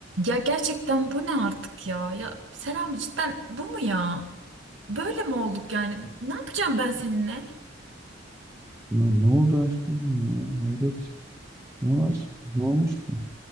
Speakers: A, on the right; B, on the right.
A: Ya gerçekten bu ne artık ya? Ya selam cidden bu mu ya? Böyle mi olduk yani? Ne yapacağım ben seninle?
B: Ne, ne oldu aşkım yine ya? Hayret. Ne var? Ne olmuş ki?